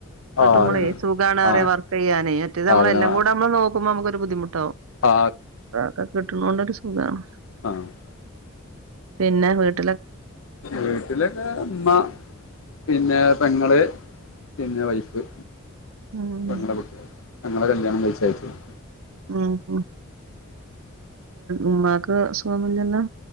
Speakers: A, on the left; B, on the right.
A: ആ
B: കിട്ടുമ്പളേ
A: അതന്നെ
B: സുഖാണ് പറയും
A: ആ
B: വർക്ക് ചെയ്യാനേ മറ്റത്
A: ആ
B: അമ്മളെല്ലാം
A: അതന്നെ ആ
B: കൂട അമ്മള് നോക്കുമ്പോ നമുക്ക് ഒരു ബുദ്ധിമുട്ടാവും
A: ആ,
B: <unintelligible> കിട്ടണൊണ്ട് ഒരു സുഖാണ്
A: ആഹ് -
B: പിന്നെ വിട്ട്
A: വീട്ടിലെക്കെ ഉമ്മ പിന്നെ പെങ്ങള്- പിന്നെ വൈഫ്
B: ഉം
A: പെങ്ങടെ കുട്ടികൾ പെങ്ങളെ കല്യാണം കഴിച്ചയച്ച്-
B: മ് ഹ്- ഉമ്മാക്ക് അസുഖമൊന്നുമില്ലല്ലോ?